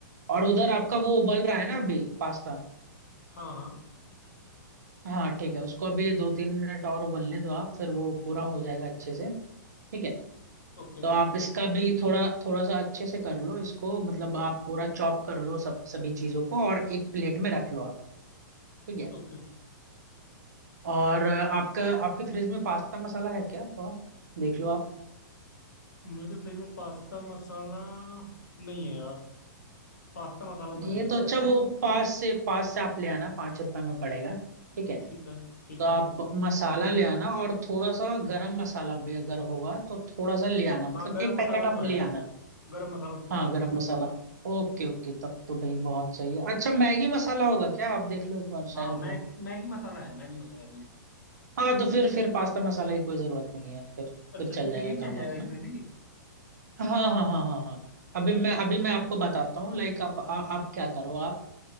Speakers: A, on the right (about 60°); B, on the left (about 60°).
A: और उधर
B: ओके
A: आपका वो उबल रहा है ना अभी पास्ता
B: हाँ हाँ
A: हाँ ठीक है उसको अभी दो तीन मिनट और उबलने दो आप फिर वो पूरा हो जाएगा अच्छे से ठीक है
B: Okay
A: तो आप इसका भी थोड़ा थोड़ा सा अच्छे से कर लो इसको मतलब आप पूरा चॉप कर लो सब सभी चीजों को और एक प्लेट में रख लो आप ठीक है
B: okay
A: और अ, आपका आपके फ्रिज में पास्ता मसाला है क्या थोड़ा देख लो आप
B: मेरे फ्रिज में पास्ता मसाला नहीं है यार पास्ता मसाला तो
A: नहीं
B: नहीं
A: है
B: है
A: तो अच्छा वो पास से पास से आप ले आना पाँच रुपए में पड़ेगा ठीक है
B: ठीक है ठीक
A: तो आप
B: है
A: मसाला ले आना और थोड़ा सा गरम मसाला भी अगर होगा तो थोड़ा सा ले आना मतलब
B: हाँ गरम
A: एक पैकेट
B: मसाला
A: आप
B: तो है
A: ले आना
B: गरम मसाला तो पड़ा
A: हाँ
B: है
A: गरम मसाला ओके ओके तब तो भाई बहुत सही है अच्छा मैगी मसाला होगा क्या आप देख लो एक बार
B: हाँ
A: शायद
B: मैगी
A: हो
B: मैगी मसाला है मैगी मसाला भी है
A: हाँ तो फिर फिर पास्ता मसाला की कोई जरूरत नहीं है फिर
B: अच्छा
A: फिर चल
B: ठीक
A: जाएगा
B: है यही
A: काम
B: चल जाएगा
A: आपका
B: इसमें भी
A: हाँ हाँ हाँ हाँ हाँ अभी मैं अभी मैं आपको बताता हूँ लाइक आप आ, आप क्या करो आप